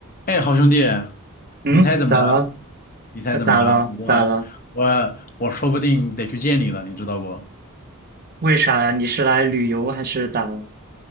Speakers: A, on the left; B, on the right.
A: 哎，好兄弟，
B: 嗯，
A: 你猜怎么着啊？
B: 咋了？
A: 你猜怎么着啊？
B: 那咋了？
A: 我我我说不定得去见你了，
B: 咋了？
A: 你知道不？
B: 为啥呀？你是来旅游还是咋了？